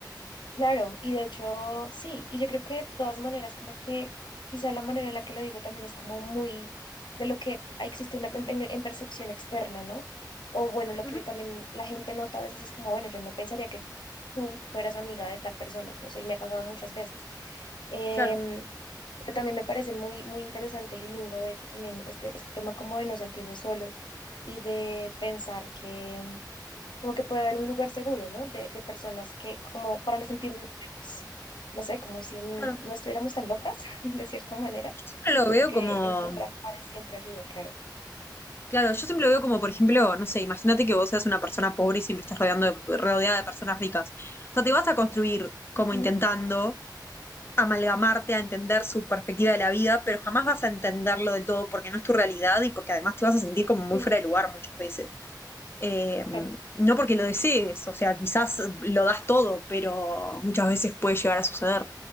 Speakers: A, on the left (about 85°); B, on the left (about 30°).
A: claro, y de hecho, sí, y yo creo que de todas maneras, como que quizá la manera en la que lo digo también es como muy de lo que existe una, en, en- en percepción externa, ¿no? O bueno, lo
B: Ujú,
A: que también la gente nota a veces es como, bueno, yo no pensaría que tú fueras amiga de tal persona, no sé, y me ha pasado muchas veces. Em,
B: claro,
A: pero también me parece muy, muy interesante y lindo, de hecho, también este, este tema como de no sentirse solo y de pensar que como que puede haber un lugar seguro, ¿no? De, de personas que, como para no sentirnos menos, no sé, como si n-
B: claro.
A: no estuviéramos tan locas, <laughs> de cierta manera,
B: Siempre lo
A: sino
B: veo
A: que
B: como
A: encontrar pares siempre ayuda, claro.
B: Claro, yo siempre lo veo como, por ejemplo, no sé, imagínate que vos seas una persona pobre y siempre estás rodeando de- rodeada de personas ricas. O sea, te vas a construir como
A: Ujú,
B: intentando amalgamarte a entender su perspectiva de la vida, pero jamás vas a entenderlo del todo porque no es tu realidad y porque además te vas a sentir como muy
A: sí,
B: fuera de lugar muchas veces. Eh,
A: claro.
B: no porque lo desees, o sea, quizás lo das todo, pero muchas veces puede llegar a suceder.